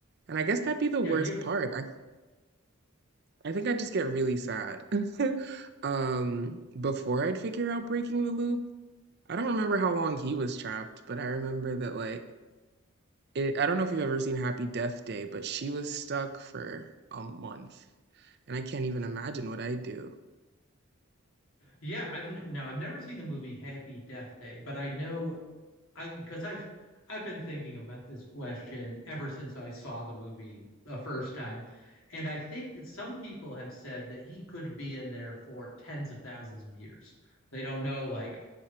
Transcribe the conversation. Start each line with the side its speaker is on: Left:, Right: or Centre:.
Right: And I guess that'd be the
Left: Yeah,
Right: worst
Left: you're.
Right: part. I I think I'd just get really sad <laughs> um before I'd figure out breaking the loop. I don't remember how long he was trapped, but I remember that like it I don't know if you've ever seen Happy Death Day, but she was stuck for a month. And I can't even imagine what I do.
Left: Yeah, I've n- now I've never seen the movie Happy Death Day, but I know I because I've I've been thinking about this question ever since I saw the movie the first time. And I think some people have said that he could be in there for tens of thousands of years. They don't know, like,